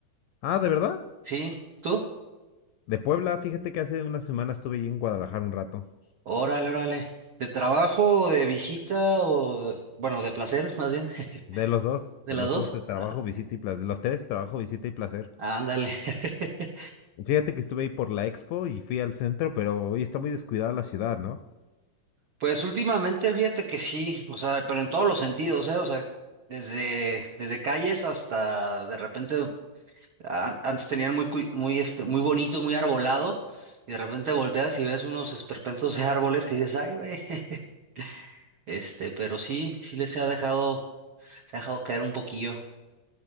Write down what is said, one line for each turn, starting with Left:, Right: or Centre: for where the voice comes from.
Left: Ah, ¿de verdad?
Right: Sí, ¿tú?
Left: De Puebla, fíjate que hace una semana estuve allí en Guadalajara un rato.
Right: Órale, órale. ¿De trabajo, de visita o, de- bueno, de placer, más bien,
Left: De los dos,
Right: <laughs> de
Left: de
Right: las
Left: los
Right: dos?
Left: dos, de trabajo,
Right: Ah,
Left: visita y placer. De los tres, trabajo, visita y placer.
Right: Ándale. <laughs>
Left: Fíjate que estuve ahí por la expo y fui al centro, pero hoy está muy descuidada la ciudad, ¿no?
Right: Pues últimamente fíjate que sí, o sea, pero en todos los sentidos, ¿eh? O sea, desde, desde calles hasta de repente, a- antes tenían muy, cui- muy, este, muy bonito, muy arbolado, y de repente volteas y ves unos esperpentos de árboles que dices, ay, güey, <laughs> este, pero sí, sí les se ha dejado, se ha dejado caer un poquillo.